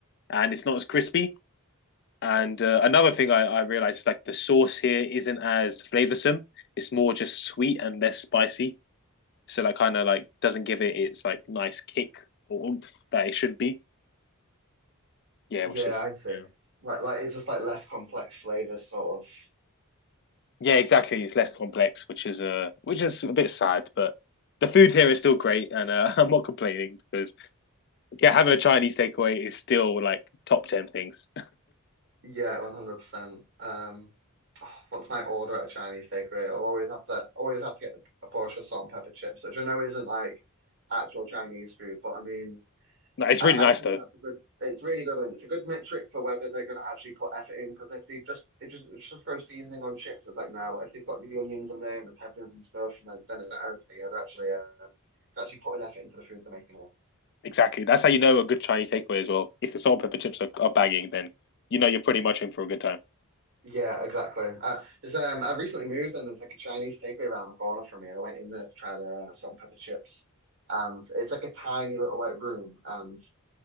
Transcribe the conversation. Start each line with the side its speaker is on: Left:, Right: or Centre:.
Left: and it's not as crispy. And uh, another thing I, I realized is like the sauce here isn't as flavorsome. It's more just sweet and less spicy so that kind of like doesn't give it its like nice kick or oomph that it should be. Yeah,
Right: Yeah,
Left: which is
Right: I see.
Left: Yeah.
Right: Like like it's just like less complex flavors sort of.
Left: yeah, exactly. It's less complex, which is a uh, which is a bit sad, but the food here is still great, and uh, <laughs> I'm not complaining because yeah, having a Chinese takeaway is still like top ten things.
Right: Yeah, 100%. Um, oh, what's my order at a Chinese takeaway? I'll always have to always have to get a portion of salt and pepper chips, which I know isn't like actual Chinese food, but I mean,
Left: <laughs> it's
Right: I,
Left: really nice
Right: I think
Left: though.
Right: that's a good. It's really good, and it's a good metric for whether they're going to actually put effort in. Because if they just it just it's just throw seasoning on chips, it's like no. But if they've got the onions in there and the peppers and stuff, and then, then it's like, okay, yeah, they're actually um, they're actually putting effort into the food they're making.
Left: Exactly, that's how you know a good Chinese takeaway as well. If the salt and pepper chips are, are bagging, then you know you're pretty much in for a good time.
Right: Yeah, exactly. Uh, there's um, I recently moved and there's like a Chinese takeaway around the corner from me, and I went in there to try the uh, salt and pepper chips, and it's like a tiny little like room, and